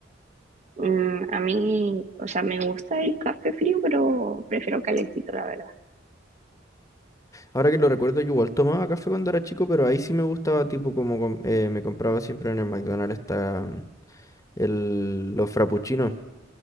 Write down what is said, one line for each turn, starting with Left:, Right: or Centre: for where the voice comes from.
Right: Mm, a mí, o sea, me gusta el café frío, pero prefiero calentito, la verdad.
Left: Ahora que lo recuerdo, yo igual tomaba café cuando era chico, pero ahí sí me gustaba, tipo como com- eh, me compraba siempre en el McDonald's está el, los frappuccinos.